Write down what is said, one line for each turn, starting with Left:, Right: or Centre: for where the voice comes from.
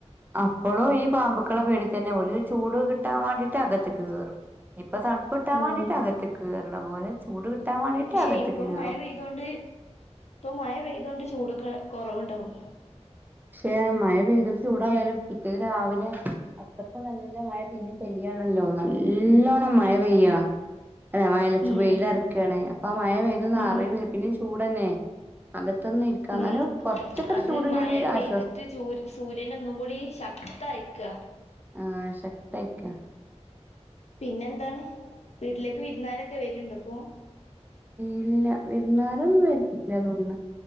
Right: അപ്പോഴു ഈ പാമ്പുക്കളെ പേടി തന്നെ ഒരു ചൂട് കിട്ടാൻ വേണ്ടിയിട്ട് അകത്ത്കേറും ഇ പ്പ തണുപിട്ടാൻ
Left: ഉം
Right: വേണ്ടിട്ട അകത്തെക്ക്കേയറുന്നപോലെ ചൂട് കിട്ടാൻ വേണ്ടിട്ട്
Left: പക്ഷെ
Right: അകത്ത്ക്ക്
Left: ഇപ്പം
Right: കേറും
Left: മഴ പെയ്തൊണ്ട് ഇപ്പം മഴ പെയ്തോണ്ട് ചൂട്ക്കേ കുറവുണ്ടാവും
Right: പക്ഷെ മഴ പെയ്തൊരു ചൂടായാലും പിറ്റേത് രാവിലെ അത്രപ്പ നല്ല മഴ പിന്നും പെയ്യാണല്ലോ നല്ലോണം മഴ പെയ്യ <unintelligible>
Left: ഉം
Right: വെയില് അടിക്കുവയാണ് അപ്പൊ മഴ പെയതൊന്ന്
Left: ഉം
Right: അറിയില്ല പിന്ന ചൂട് <unintelligible> അകത്തന്ന ഇരിക്കാം എന്നാലും
Left: ഉം
Right: കുറച്ചക്കെ
Left: അത്
Right: ചൂടിനൊരു ആശ്
Left: <unintelligible> ചൂ സൂര്യന ഒന്നും കൂടി ശക്തആയേക്കുവ
Right: ആ ശക്തയിക്ക
Left: പിന്നന്താണ് വീട്ടിലേക് രുന്നാരൊക്കെ വരുണ്ട് ഇപ്പോ
Right: ഇല്ല വിരുന്നാരൊന്നും വരുത്തില്ല തോണന്ന്